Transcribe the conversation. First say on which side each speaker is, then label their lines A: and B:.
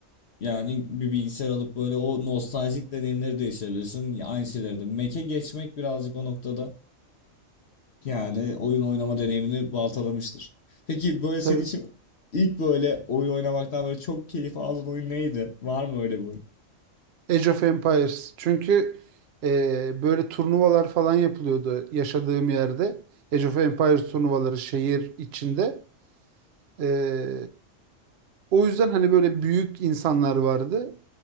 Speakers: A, on the left; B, on the right.
A: yani bir bilgisayar alıp böyle o nostaljik deneyimleri de yaşayabilirsin. Aynı şeyleri de. Mac'e geçmek birazcık o noktada yani oyun oynama deneyimini baltalamıştır. Peki böyle senin
B: Tabii
A: için ilk böyle oyun oynamaktan böyle çok keyif aldığın oyun neydi? Var mı öyle bir oyun?
B: Age of Empires. Çünkü e, böyle turnuvalar falan yapılıyordu yaşadığım yerde. Age of Empires turnuvaları şehir içinde. E, o yüzden hani böyle büyük insanlar vardı